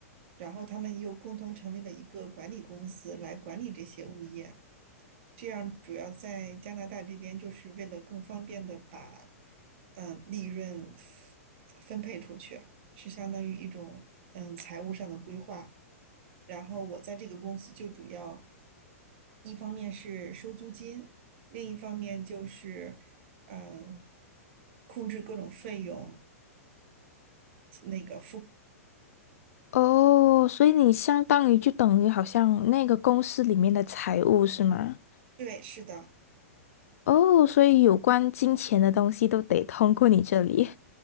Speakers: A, on the right; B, on the left.
A: 然后他们又共同成立了一个管理公司来管理这些物业。这样主要在加拿大这边，就是为了更方便的把嗯利润分配出去，是相当于一种嗯财务上的规划。然后我在这个公司就主要一方面是收租金，另一方面就是嗯控制各种费用。那个
B: 哦，所以你相当于就等于好像那个公司里面的财务是吗？
A: 对，是的，
B: 哦，所以有关金钱的东西都得通过你这里。